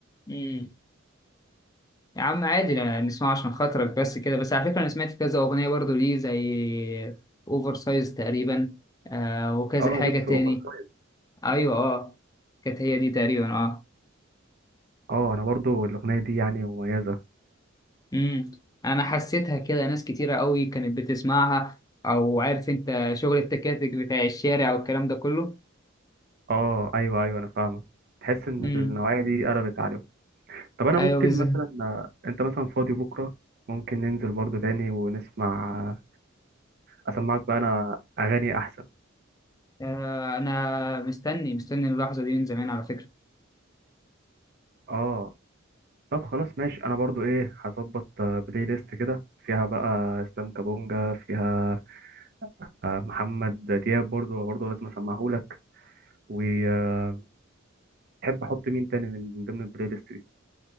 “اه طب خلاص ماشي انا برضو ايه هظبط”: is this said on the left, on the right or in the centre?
Right